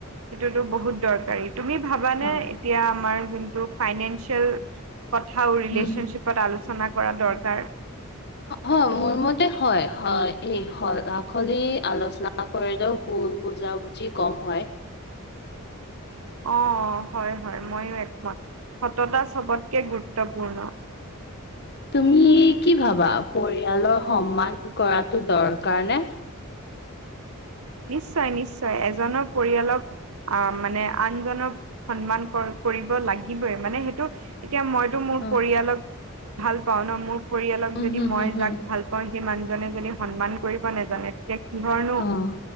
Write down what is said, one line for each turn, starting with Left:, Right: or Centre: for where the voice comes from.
Right: সেইটোতো বহুত দৰকাৰী তুমি ভাবানে
Left: হয়,
Right: এতিয়া আমাৰ যোনটো ফাইনেন্সিয়েল কথাও ৰিলেশচনশ্বিপত
Left: উম,
Right: আলোচনা কৰা দৰকাৰ
Left: হয় মোৰ মতে হয় হয় এই আখলি আলোচনা কৰিলেও ভুল বুজা বুজি কম হয়।
Right: অ অ হয় হয় ময়ো একমত সততা চবতকে গুৰুত্বপূৰ্ণ।
Left: তুমি কি ভাবা পৰিয়ালৰ সন্মান কৰাটো দৰকাৰ নে?
Right: নিশ্চয় নিশ্চয় এজনৰ পৰিয়ালক অ, মানে আনজনক সন্মান কৰিব লাগিবই মানে সেইটো এতিয়া মই মোৰ
Left: উম,
Right: পৰিয়ালক ভাল পাওঁ ন মোৰ পৰিয়ালক যদি
Left: হুম,
Right: মই
Left: হুম, হুম,
Right: যাক ভাল সেই মানুহজনে যদি সন্মান কৰিব নেজানে তেতিয়া কিহৰ নো
Left: অ',